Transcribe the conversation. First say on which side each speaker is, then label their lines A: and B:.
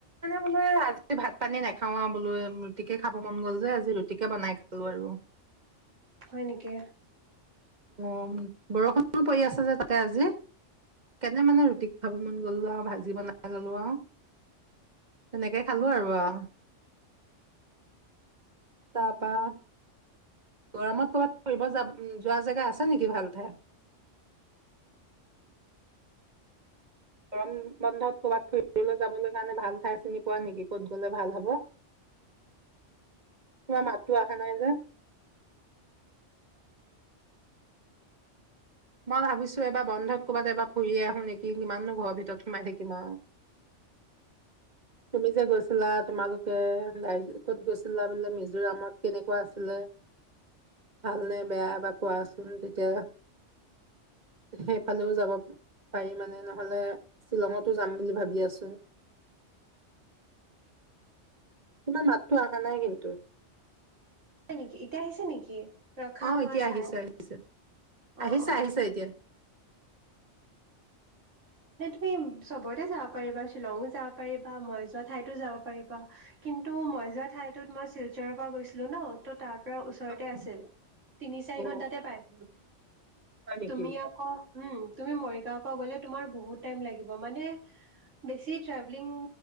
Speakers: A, on the right (about 35°); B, on the right (about 85°).
A: বোলো‌ আজি ভাত পানী নাখাও বোলো ৰুটিকে খাব মন গ'ল যে আজি ৰুটিকে বনাই খালো আৰু।
B: হয় নেকি?
A: অ' বৰষুণ পৰি আছে যে তাতে আজি, তেনে মানে ৰুটি খাব মন গ'ল, আৰু ভাজি বনাই ললো আৰু সেনেকে খালো আৰু ও তাৰপৰা। গৰমত ক'বাত ফুৰিব যা যোৱা জেগা আছে নেকি ভাল ঠাই? গৰম বন্ধত ক'ৰবাত ফুৰিবলৈ যাবলৈ কাৰণে ভাল ঠাই চিনি পোৱা নেকি, ক'ত গলে ভাল হব? তোমাৰ মাতটো অহা নাই যে মই ভাবিছো এবাৰ বন্ধত কৰবাত এবাৰ ফুৰি আহো নেকি কিমাননো ঘৰৰ ভিতৰত সোমাই থাকিম আৰু। তুমি যে গৈছিলা তোমালোকে দাৰ্জিলিংত কত গৈছিলা বোলে মিজোৰামত কেনেকুৱা আছিলে ভালনে বেয়া এবাৰ কোৱাচোন তেতিয়া। সেইফালেও যাব পাৰি মানে নহলে শ্বিলঙতো যাম বুলি ভাবি আছো। তোমাৰ মাতটো অহা নাই কিন্তু।
B: নেকি এতিয়া আহিছে নেকি? ৰখা
A: অ'
B: মই
A: এতিয়া
B: চাই
A: আহিছে
B: লওঁ
A: আহিছে,
B: অ',
A: আহিছে
B: অ',
A: আহিছে এতিয়া।
B: সেই সবতে চাব পাৰিবা বা শ্বিলঙো যাব পাৰিবা মই যোৱা ঠাইতো যাব পাৰিবা কিন্তু মই যোৱা ঠাইতত মই শিলচৰৰ পৰা গৈছিলো ন ত' তাৰ তাৰ ওচৰতে
A: অ
B: আছে, তিনি চাৰি
A: অ
B: ঘন্টাতে পাইছিলো।
A: হয় নেকি
B: তুমি আকৌ উম তুমি মৰিগাঁও পৰা গ'লে তোমাৰ বহুত টাইম লাগিব মানে, বেছি ট্ৰেভেলিং